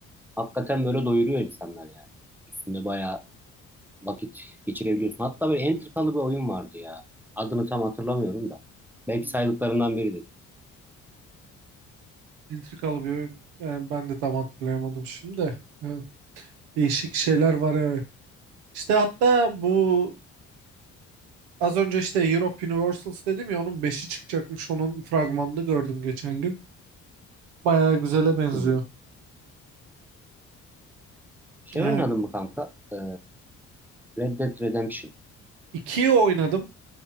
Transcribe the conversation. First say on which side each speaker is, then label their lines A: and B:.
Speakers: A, in the centre; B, on the right.
A: hakikaten böyle doyuruyor insanlar yani. Üstünde bayağı vakit geçirebiliyorsun. Hatta böyle entrikalı bir oyun vardı ya. Adını tam hatırlamıyorum da. Belki
B: Hmm.
A: saydıklarından biridir.
B: entrikalı bir oyun. Yani ben de tam hatırlayamadım şimdi de. Evet, Değişik şeyler var evet. İşte hatta bu az önce işte Europe Universals dedim ya onun beşi çıkacakmış. Onun fragmanını gördüm geçen gün. Bayağı güzele benziyor.
A: Hmm. Şey
B: Yani
A: oynadın mı kanka? Ee, Red Dead Redemption.
B: 2'yi oynadım.